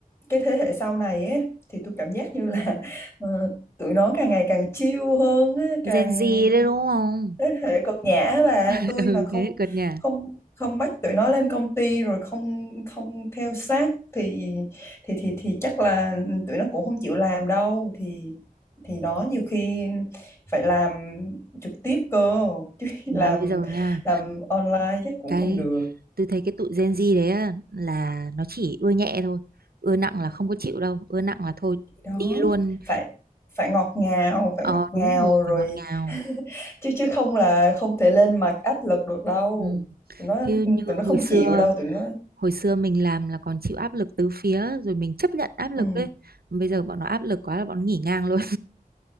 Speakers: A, on the left (about 15°); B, on the right (about 85°).
A: cái thế hệ sau này ấy, thì tôi cảm giác như là <laughs> ờ, tụi nó càng ngày càng chill hơn á, càng
B: Gen Z đấy đúng không
A: thế hệ cực nhã và
B: <laughs>
A: tôi
B: ừ
A: mà không
B: thế cợt nhà
A: không không bắt tụi nó lên công ty rồi không không theo sát thì thì thì thì chắc là tụi nó cũng không chịu làm đâu thì thì đó nhiều khi phải làm trực tiếp cơ chứ <laughs>
B: mà
A: làm
B: bây giờ nha
A: làm online chắc cũng
B: cái
A: không được
B: tôi thấy cái tụi Gen Z đấy á, là nó chỉ ưa nhẹ thôi ưa nặng là không có chịu đâu ưa nặng là thôi
A: đó
B: đi luôn
A: phải phải ngọt ngào phải
B: ờ
A: ngọt ngào
B: đúng rồi
A: rồi
B: phải ngọt ngào
A: <laughs> chứ chứ không là không thể lên mặt áp lực được đâu
B: ừ.
A: tụi nó
B: chứ như
A: tụi
B: hồi
A: nó không
B: xưa
A: chịu đâu tụi nó
B: hồi xưa mình làm là còn chịu áp lực tứ phía rồi mình chấp nhận áp lực
A: ừ.
B: đấy bây giờ bọn nó áp lực quá là bọn nó nghỉ ngang luôn